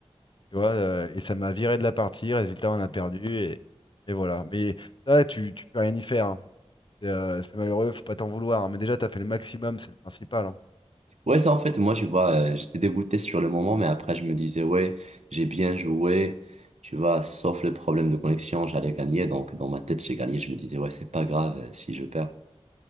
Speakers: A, on the left (about 50°); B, on the right (about 80°).
A: Tu vois, euh, et ça m'a viré de la partie, résultat, on a perdu, et, et voilà. Mais ça, tu, tu peux rien y faire. hein. C'est euh, c'est malheureux, faut pas t'en vouloir. hein. Mais déjà, t'as fait le maximum, c'est le principal. hein.
B: Ouais, ça, en fait, moi, tu vois, euh, j'étais dégoûté sur le moment, mais après, je me disais, ouais, j'ai bien joué, tu vois, sauf le problème de connexion, j'allais gagner. Donc, dans ma tête, j'ai gagné. Je me disais, ouais, c'est pas grave euh, si je perds.